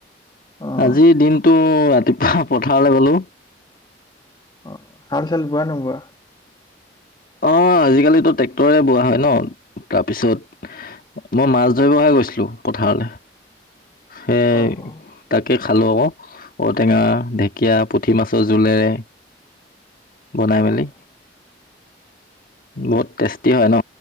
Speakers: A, on the left (about 25°); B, on the left (about 50°).
A: অ',
B: আজিৰ দিনটো ৰাতিপ পথাৰলে গ'লো
A: অ হাল চাল বোৱা নোবোৱা
B: অ আজিকালিতো ট্ৰেক্টৰে বোৱা হয় ন তাৰপিছত মই মাছ ধৰিব হে গৈছিলো পথাৰলে সেই
A: অ', অ',
B: তাকে খালোঁ আক ঔটেঙা ঢেকীয়া পুঠি মাছৰ জোলেৰে বনাই মেলি
A: অ',
B: বহুত টেষ্টি হয় ন